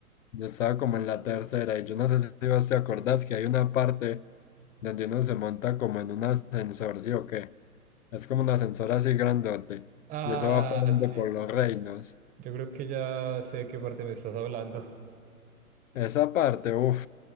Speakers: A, on the left; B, on the right.
A: Yo estaba como en la tercera y yo no sé si vos te acordás que hay una parte donde uno se monta como en un ascensor, ¿sí o qué? Es como un ascensor así grandote
B: Ah,
A: y eso va parando
B: sí.
A: por los reinos.
B: Yo creo que ya sé de qué parte me estás hablando.
A: Esa parte, uff,